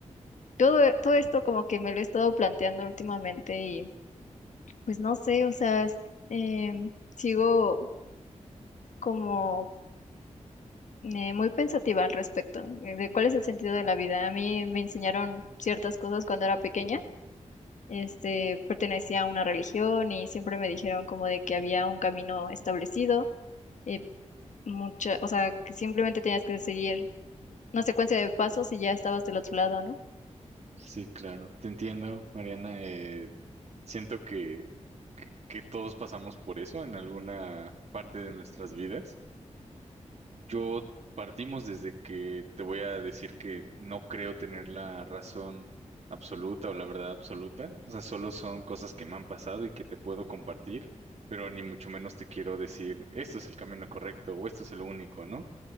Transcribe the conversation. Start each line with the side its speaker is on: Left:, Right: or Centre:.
Left: Todo, todo esto como que me lo he estado planteando últimamente y Pues no sé, o sea, s- em, sigo como eh, muy pensativa al respecto eh, de cuál es el sentido de la vida. A mí me enseñaron ciertas cosas cuando era pequeña.
Right: ujú.
Left: Este, pertenecía a una religión y siempre me dijeron como de que había un camino establecido, eh, mucha, o sea, que simplemente tenías que seguir una secuencia de pasos y ya estabas del otro lado, ¿no?
Right: Sí, claro. Te entiendo, Mariana. eh, siento que, que, que todos pasamos por eso en alguna parte de nuestras vidas. Yo partimos desde que te voy a decir que no creo tener la razón absoluta o la verdad absoluta. O sea, solo son cosas que me han pasado y que te puedo compartir, pero ni mucho menos te quiero decir, esto es el camino correcto o esto es el único, ¿no?